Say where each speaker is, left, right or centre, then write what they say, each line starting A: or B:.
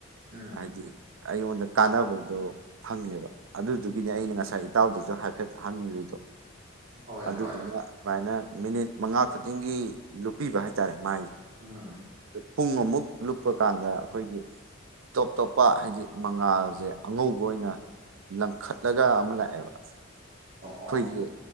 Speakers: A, on the right; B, on the right.
A: ꯎꯝ
B: ꯍꯥꯏꯗꯤ ꯑꯩꯉꯣꯟꯗ ꯀꯥꯟꯅꯕꯗꯣ ꯐꯪꯉꯦꯕ ꯑꯗꯨꯒꯤ ꯒꯤꯅꯦ ꯑꯩꯅ ꯉꯁꯥꯏ ꯏꯇꯥꯎꯗꯨꯁꯨ ꯍꯥꯏꯐꯦꯠ ꯍꯟꯈ꯭ꯔꯤꯗꯣ
A: ꯍꯣꯏ
B: ꯑꯗꯨꯗꯨꯅ
A: ꯍꯣꯏ
B: ꯑꯗꯨꯃꯥꯏꯅ ꯃꯤꯅꯤꯠ ꯃꯉꯥ ꯈꯨꯗꯤꯡꯒꯤ ꯂꯨꯞꯄꯤꯕ ꯍꯥꯏꯇꯥꯔꯦ ꯃꯥꯥꯏ
A: ꯎꯝ
B: ꯄꯨꯡ ꯑꯃꯨꯛ ꯂꯨꯞꯄ ꯀꯥꯟꯗ ꯑꯩꯈꯣꯏꯒꯤ ꯇꯣꯞ ꯇꯣꯞꯄ ꯍꯥꯏꯗꯤ ꯃꯉꯥꯜꯁꯦ ꯑꯉꯧꯕ ꯑꯣꯏꯅ ꯂꯪꯈꯠꯂꯒ ꯑꯃ ꯂꯥꯛꯑꯦꯕ ꯑꯩꯈꯣꯏꯒꯤ
A: ꯑꯣ ꯑꯣ